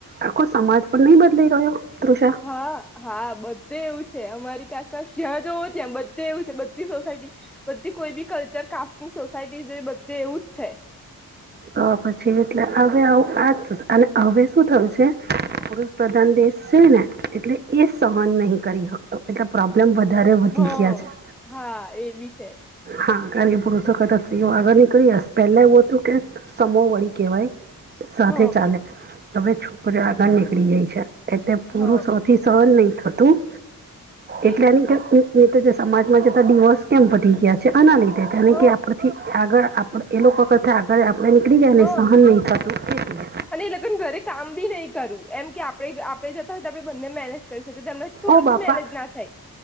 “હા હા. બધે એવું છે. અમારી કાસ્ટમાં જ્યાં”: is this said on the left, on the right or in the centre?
Centre